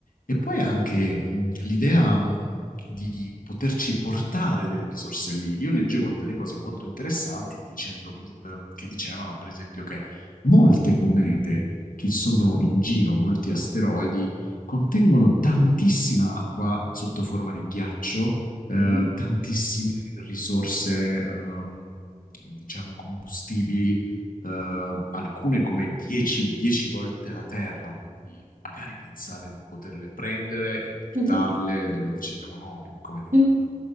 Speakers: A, on the left; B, on the right.
A: e poi anche mh, l'idea mh, di poterci portare delle risorse lì. Io leggevo delle cose molto interessanti dicendo, per- ehm, che dicevano, per esempio, che molte comete che sono in giro, molti asteroidi, contengono tantissima acqua sotto forma di ghiaccio, eh,
B: Mhm,
A: tantissime risorse, ehm, diciamo, combustibili eh, alcune come 10, 10 volte la Terra, quindi magari pensare di poterle prendere e portarle
B: mhm,
A: dove decidiamo noi, come dei grandi
B: mhm.